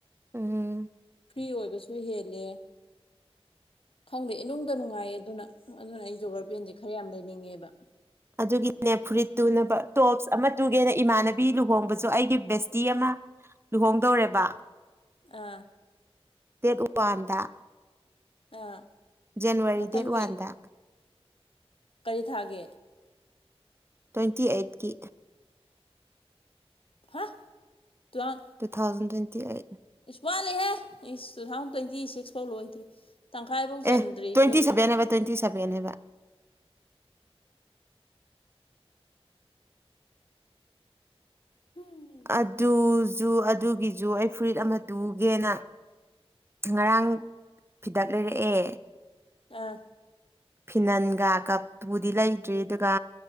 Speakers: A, on the right; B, on the left.
A: ꯎꯝ
B: ꯐ꯭ꯔꯤ ꯑꯣꯏꯕꯁꯨ ꯍꯦꯜꯂꯦ ꯈꯪꯗꯦ ꯏꯅꯨꯡꯗ ꯅꯨꯡꯉꯥꯏꯌꯦ ꯑꯗꯨꯅ ꯑꯗꯨꯅ ꯑꯩ ꯖꯣꯒꯔ ꯄꯦꯟꯁꯦ ꯈꯔ ꯌꯥꯝ ꯂꯩꯅꯤꯡꯉꯦꯕ
A: ꯑꯗꯨꯒꯤꯅꯦ ꯐꯨꯔꯤꯠ ꯇꯨꯅꯕ ꯇꯣꯞꯁ ꯑꯃ ꯇꯨꯒꯦꯅ ꯏꯃꯥꯟꯅꯕꯤ ꯂꯨꯍꯣꯡꯕꯁꯨ ꯑꯩꯒꯤ ꯕꯦꯁꯇꯤ ꯑꯃ ꯂꯨꯍꯣꯡꯗꯧꯔꯦꯕ
B: ꯑꯥ
A: ꯗꯦꯠ ꯋꯥꯟꯗ
B: ꯑꯥ
A: ꯖꯅꯋꯥꯔꯤ
B: ꯃꯊꯪꯒꯤ
A: ꯗꯦꯠ ꯋꯥꯟꯗ
B: ꯀꯔꯤ ꯊꯥꯒꯦ
A: ꯇ꯭ꯋꯦꯟꯇꯤ ꯑꯩꯠꯀꯤ
B: <unintelligible>
A: ꯇꯨ ꯊꯥꯎꯖꯟ ꯇ꯭ꯋꯦꯟꯇꯤ ꯑꯩꯠ
B: ꯑꯁ ꯋꯥꯠꯂꯤꯦꯍꯦ ꯑꯩ ꯇꯨ ꯊꯥꯎꯖꯟ ꯇ꯭ꯋꯦꯟꯇꯤ ꯁꯤꯛꯁ ꯐꯥꯎ ꯂꯣꯏꯗ꯭ꯔꯤ ꯇꯪꯈꯥꯏꯐꯥꯎ ꯆꯟꯗ꯭ꯔꯤ
A: ꯑꯦ ꯇ꯭ꯋꯦꯟꯇꯤ
B: ꯑꯣ
A: ꯁꯚꯦꯟ ꯍꯥꯏꯕ ꯇ꯭ꯋꯦꯟꯇꯤ ꯁꯚꯦꯟ ꯍꯥꯏꯕ
B: ꯎꯝ
A: ꯑꯗꯨ ꯖꯨ ꯑꯗꯨꯒꯤꯖꯨ ꯑꯩ ꯐꯨꯔꯤꯠ ꯑꯃ ꯇꯨꯒꯦꯅ ꯉꯔꯥꯡ ꯐꯤꯗꯛ ꯂꯩꯔꯛꯑꯦ
B: ꯑꯥ
A: ꯐꯤꯅꯟꯒ ꯀꯞꯄꯨꯗꯤ ꯂꯩꯇ꯭ꯔꯤ ꯑꯗꯨꯒ